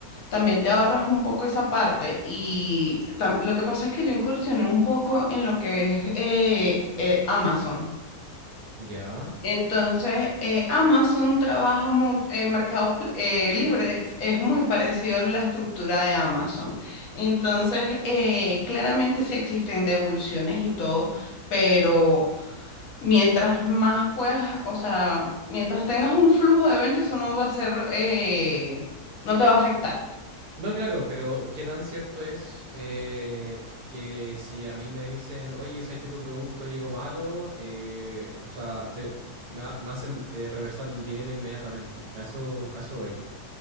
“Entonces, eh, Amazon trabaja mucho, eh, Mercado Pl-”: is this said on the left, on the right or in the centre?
Left